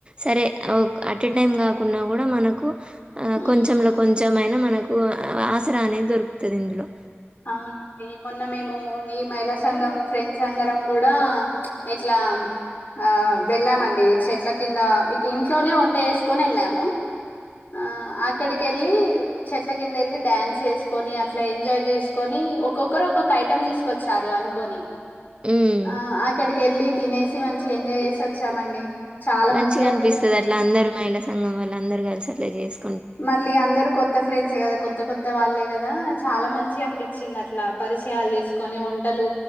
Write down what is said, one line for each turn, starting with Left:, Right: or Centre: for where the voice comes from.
Right: సరే ఓ అటే టైం కాకుండా కూడా మనకు ఆ
Left: ఉమ్
Right: కొంచెంలో కొంచెం అయినా మన మనకు ఆసరా అనేది దొరుకుతది ఇందులో
Left: అవునండి మొన్న మేము మీ మహిళా సంఘం ఫ్రెండ్స్ అందరం కూడా ఇట్లా ఆ వెళ్ళామండి. చెట్ల కింద ఇక ఇంట్లోనే వంట చేసుకోని వెళ్ళాము. ఆ అక్కడికి వెళ్ళి చెట్ల కింద వెళ్ళి డ్యాన్స్ వేసుకొని అట్లా ఎంజాయ్ చేసుకు కొని ఒక్కొక్కరు ఒక్కొక్క ఐటమ్ తీసుకొచ్చారు అనుకోని.
Right: ఉమ్
Left: ఆ ఆక్కడకి వెళ్లి తినేసి మంచిగా ఎంజాయ్ చేసి వచ్చామండి. చాలా
Right: మంచిగా అనిపిస్తది
Left: అనిపించింది
Right: అట్లా అందరు మహిళ సంఘం వాళ్ళు అందరు కలిసి అట్లా చేస్తే
Left: మళ్ళీ అందరూ కొత్త ఫ్రెండ్స్ తె కదా, కొత్త కొత్త వాళ్ళే కదా. చాలా మంచిగనిపించింది అట్లా. పరిచయాలు చేసుకొని, వంటలు